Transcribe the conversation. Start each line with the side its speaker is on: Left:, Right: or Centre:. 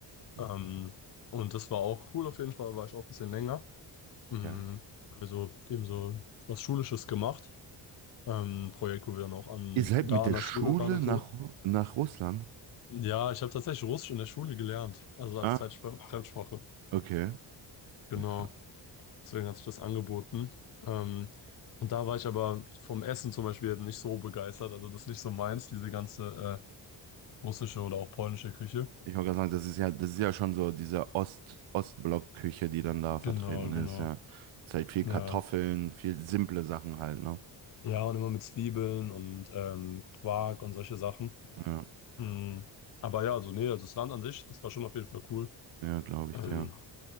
Left: Ähm,
Right: Okay.
Left: und das war auch cool auf jeden Fall, war ich auch ein bisschen länger. Mhm.
Right: Okay.
Left: Haben wir so eben so was Schulisches gemacht. Ähm, ein Projekt, wo wir dann auch an,
Right: Ihr seid
Left: da
Right: mit
Left: an
Right: der
Left: der
Right: Schule
Left: Schule waren und
Right: nach,
Left: so.
Right: Ru- nach Russland?
Left: Ja, ich habe tatsächlich Russisch in der Schule gelernt, also als
Right: Ah,
Left: Zeitfre- Fremdsprache.
Right: okay.
Left: Genau,
Right: Ja, krass.
Left: deswegen hat sich das angeboten. Ähm, und da war ich aber vom Essen zum Beispiel halt nicht so begeistert. Also das ist nicht so meins, diese ganze äh, russische oder auch polnische Küche.
Right: Ich wollte gerade sagen, das ist ja, das ist ja schon so diese Ost, Ostblock-Küche, die dann da vertreten
Left: Genau, genau.
Right: ist, ja. Ist halt viel
Left: Ja.
Right: Kartoffeln, viel simple Sachen halt, ne?
Left: Ja, und immer mit Zwiebeln und ähm, Quark und solche Sachen.
Right: Ja,
Left: Mm, Aber ja, also nee, also das Land an sich, das war schon auf jeden Fall cool.
Right: ja, glaube ich,
Left: Ähm,
Right: dir.